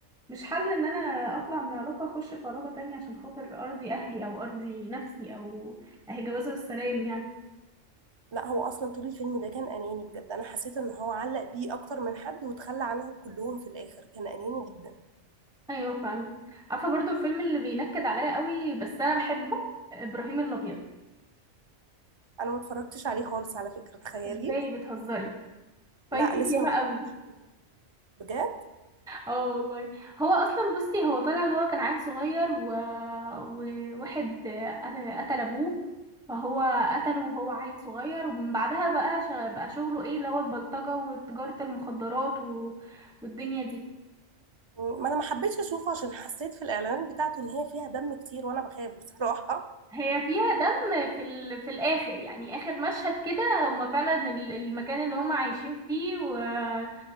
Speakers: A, in the centre; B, on the right.
A: مش حل ان انا اطلع من علاقة اخش في علاقة تانية عشان خاطر ارضي اهلي او ارضي نفسي او اهي جوازة والسلام يعني
B: لا هو اصلا طول الفيلم ده كان اناني بجد انا حسيت ان هو علق بيه اكتر من حد وتخلى عنهم كلهم في الاخر كان اناني جدا
A: ايوه فاهم عارفة برضو الفيلم اللي بينكد عليا قوي بس انا بحبه ابراهيم الابيض
B: انا ما اتفرجتش عليه خالص على فكرة تخيلي
A: ازاي بتهزري فايتك
B: لا لسه
A: ياما
B: ما اتفرجتش
A: قوي
B: عليه. بجد
A: اه والله هو اصلا بصي هو طلع اللي هو كان عيل صغير و... وواحد قت- قتل ابوه فهو قتله وهو عيل صغير ومن بعدها بقى شغ... بقى شغله ايه اللي هو البلطجة وتجارة المخدرات و... والدنيا دي
B: ما انا ما حبيتش اشوفه عشان حسيت في الاعلانات بتاعته ان هي فيها دم كتير وانا بخاف <laughs> بصراحة
A: هي فيها دم في ال... في الاخر يعني اخر مشهد كده هما فعلا ال- المكان اللي هما عايشين فيه و... آه،